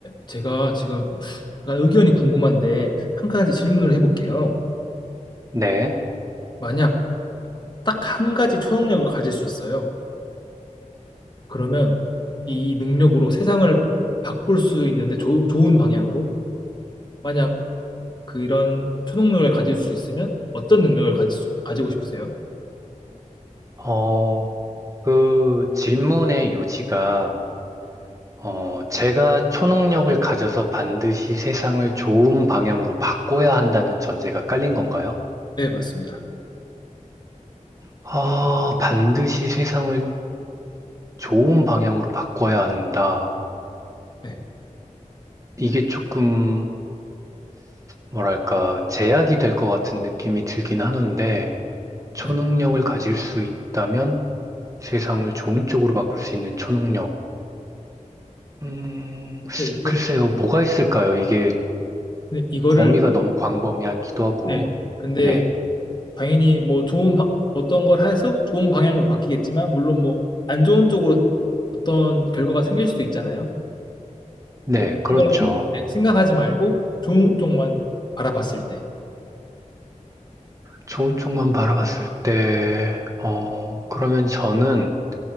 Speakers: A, on the left; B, on the right.
A: 제가 지금 약간 의견이 궁금한데 한 가지 질문을 해볼게요.
B: 네.
A: 만약 딱 한 가지 초능력을 가질 수 있어요. 그러면 이 능력으로 세상을 바꿀 수 있는데 조- 좋은 방향으로 만약 그런 초능력을 가질 수 있으면 어떤 능력을 가질 수- 가지고 싶으세요?
B: 어, 그 질문의 요지가, 어, 제가 초능력을 가져서 반드시 세상을 좋은 방향으로 바꿔야 한다는 전제가 깔린 건가요?
A: 네, 맞습니다.
B: 아, 반드시 세상을 좋은 방향으로 바꿔야 한다.
A: 네.
B: 이게 조금, 뭐랄까, 제약이 될 것 같은 느낌이 들긴 하는데, 초능력을
A: 네.
B: 가질 수 있다면 세상을 좋은 쪽으로 바꿀 수 있는 초능력. 음,
A: 근데 이거,
B: 글쎄요, 뭐가 있을까요? 이게
A: 근데 이거를
B: 범위가 너무 광범위하기도 하고,
A: 네. 근데
B: 네,
A: 당연히 뭐 좋은 바- 어떤 걸 해서 좋은 방향으로 바뀌겠지만 물론 뭐 안 좋은 쪽으로 어떤 결과가 생길 수도 있잖아요.
B: 네,
A: 근데
B: 그렇죠.
A: 이런 걸 생- 네, 생각하지 말고 좋은 쪽만 바라봤을 때.
B: 좋은 쪽만 바라봤을 때, 어, 그러면 저는,